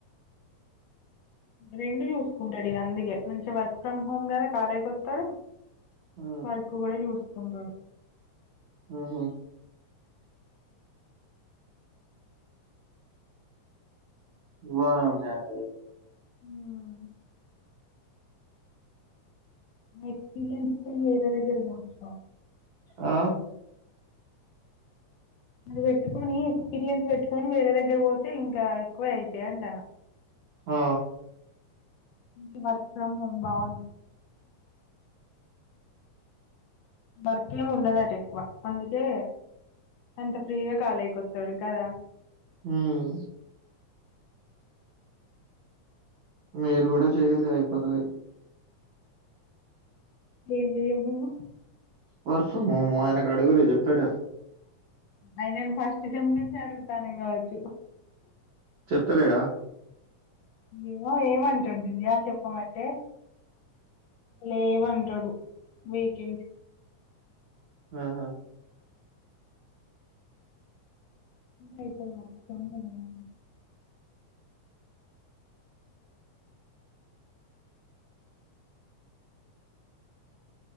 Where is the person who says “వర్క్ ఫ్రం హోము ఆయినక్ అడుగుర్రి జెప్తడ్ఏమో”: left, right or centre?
Right